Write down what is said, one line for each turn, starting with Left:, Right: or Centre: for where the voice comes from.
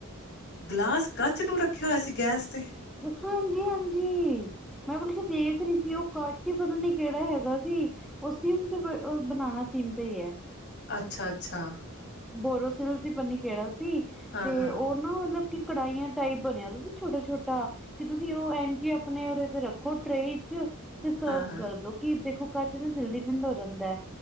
Left: ਗਿਲਾਸ ਕੱਚ, ਨੂੰ ਰੱਖਿਆ ਹੋਇਆ ਸੀ ਗੈਸ ਤੇ!
Centre: ਹਾਂਜੀ, ਹਾਂਜੀ! ਮੈਂ ਬਤਲਬ ਕਿ ਦੇਖ ਰਹੀ ਸੀ, ਉਹ ਕਾਚੀ ਪਤਾ ਨ, ਕਿਹੜਾ ਹੈਗਾ ਸੀ। ਉਹ ਸੀਮ ਤੇ, ਬਨਣਾ ਸੀਮ ਤੇ ਹੀ ਹੈ।
Left: ਅੱਛਾ, ਅੱਛਾ।
Centre: ਬੋਰੋਸਿਲੋਸੀ ਪੰਨੀ ਕਿੜਾ ਸੀ,
Left: ਹਾਂ
Centre: ਤੇ
Left: ਹਾਂ
Centre: ਉਹ ਨਾ ਮਤਲਬ ਕਿ, ਕੜਾਹੀਆਂ ਟਾਈਪ ਬਣਿਆ ਸੀ ਛੋਟਾ- ਛੋਟਾ ਕਿ ਤੁਸੀਂ ਉਹ ਐਨ 'ਜ ਆਪਣੇ ਉਦੇ ਤੇ ਰੱਖੋ ਟਰੇੇ 'ਚ, ਤੇ ਸਰਵ
Left: ਹਾਂ ਹਾਂ
Centre: ਕਰੋ। ਕਿ ਦੇਖੋ ਕਚ ਨਾ ਜਲਦੀ ਠੰਡਾ ਹੋ ਜਾਂਦਾ,